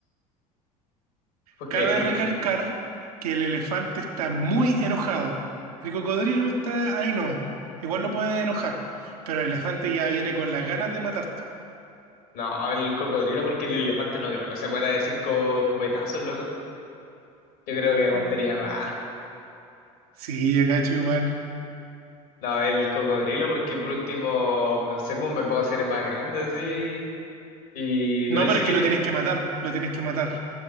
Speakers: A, on the left; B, on the right.
A: Porque
B: Cabe
A: hay cinco...
B: recalcar que el elefante está muy enojado. El cocodrilo está ahí nomás. Igual lo puede enojar, pero el elefante ya viene con las ganas de matarte.
A: No, el cocodrilo, porque el elefante no creo que se muera de cinco escopetazos, loco. Yo creo que aguantaría
B: Mm.
A: más.
B: Sí, yo cacho igual.
A: No, el cocodrilo, porque por último, no sé, pues me puedo hacer el más grande, sí. Y
B: No,
A: no dice
B: pero es
A: que
B: que lo tienes que matar, lo tienes que matar.